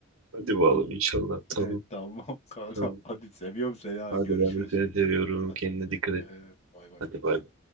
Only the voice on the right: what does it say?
Hadi bakalım inşallah. Tamam
tamam.
Hadi
ben de seni seviyorum.
Kendine
dikkat
et.
Hadi bay bay.